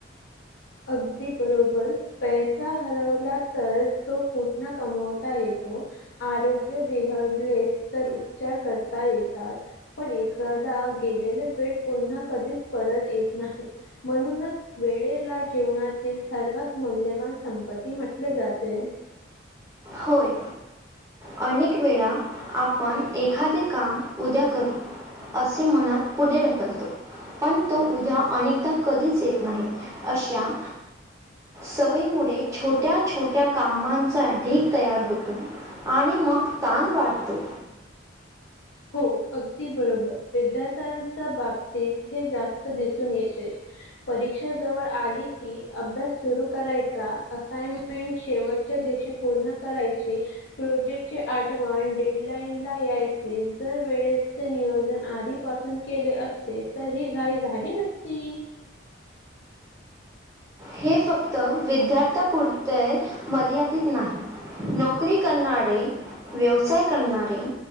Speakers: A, on the left; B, on the right.
A: अगदी बरोबर. पैसा हरवला तर तो पूर्ण कमवता येतो- आरोग्य बिघडले तर उपचार करता येतात. पण एखादा गेलेला वेळ पुन्हा कधीच परत येत नाही. म्हणूनच- वेळेला जीवनातील सर्वात मौल्यवान संपत्ती म्हटले जाते.
B: होय. अनेक वेळा आपण एखादे काम- उद्या करू असे म्हणत पुढे ढकलतो. पण तो उद्या अनेकदा कधीच येत नाही. अशा- सवयीमुळे छोट्या छोट्या कामांचा ढीग - तयार होतो आणि मग ताण वाढतो.
A: हो अगदी बरोबर. विद्यार्थ्यांच्या बाबतीत हे जास्त दिसून येते. परीक्षा जवळ आली की अभ्यास सुरू करायचा. असाय- मेंट शेवटच्या दिवशी पूर्ण करायची- प्रोजेक्ट ची आठवण डेडलाईन ला यायच- जर वेळेचे नियोजन आधीपासून केले असते तर ही घाई झाली नसती.
B: हे फक्त विद्यार्थ्यापुरते मर्यादित नाही नोकरी करणारे व्यवसाय करणारे